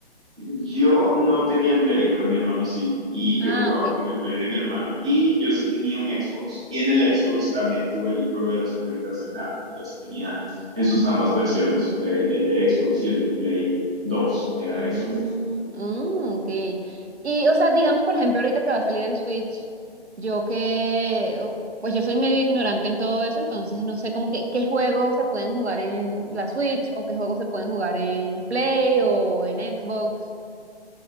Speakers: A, in the centre; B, on the right (about 75°).
A: Yo no tenía el Play, pero mi hermano sí, y
B: Ah,
A: yo jugaba
B: ok.
A: con el Play de mi hermano, y yo sí tenía un Xbox, y en el Xbox también tuve el juego de las Crónicas de Narnia, los tenía en sus ambas versiones, la- el, el de Xbox y el de Play 2, era
B: Ah, mm,
A: eso.
B: ok. Y, o sea, digamos, por ejemplo, ahorita que va a salir el Switch, yo que, uf, pues yo soy medio ignorante en todo eso, entonces no sé como que qué juegos se pueden jugar en la Switch o qué juegos se pueden jugar en Play o en Xbox.